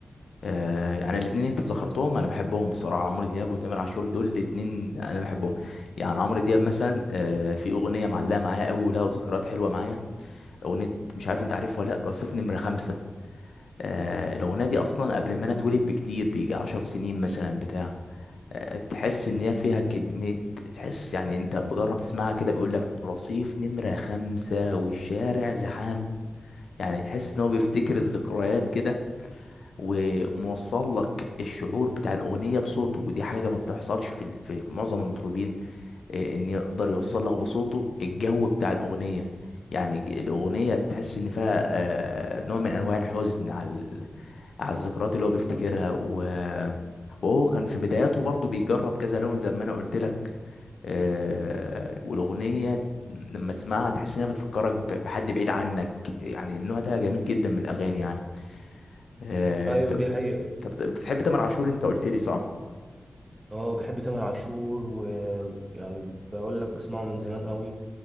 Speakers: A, on the left; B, on the right.
A: آه، يعني الاثنين انت ذكرتهم انا بحبهم بصراحه عمرو دياب وتامر عاشور دول الاثنين انا بحبهم يعني عمرو دياب مثلا آه، في اغنيه معلقه معايا قوي ولها ذكريات حلوه معايا اغنيه مش عارف انت عارفها ولا لا رصيف نمره خمسة آه، الاغنيه دي اصلا قبل ما انا اتولد بكتير بيجي عشر سنين مثلا بتاع آه، تحس ان هي فيها كميه تحس يعني انت بجرب تسمعها كده بيقول لك رصيف نمره خمسة والشارع زحام يعني تحس ان هو بيفتكر الذكريات كده وموصل لك الشعور بتاع الاغنيه بصوته ودي حاجه ما بتحصلش في ال- في معظم المطربين إيه، ان يقدر يوصل لك بصوته الجو بتاع الاغنيه يعني ج- الاغنيه تحس ان فيها آه، نوع من انواع الحزن على ال- على الذكريات اللي هو بيفتكرها و- وهو كان في بداياته برضو بيجرب كذا لون زي ما انا قلت لك آه، والاغنيه لما تسمعها تحس انها بتفكرك ب- بحد بعيد عنك يعني النوع ده جميل جدا من الاغاني يعني آه،
B: ايوه
A: انت
B: دي حقيقة
A: طب بت- بتحب تامر عاشور انت قلت لي صح
B: اه بحب تامر عاشور ويعني بقول لك بسمعه من زمان قوي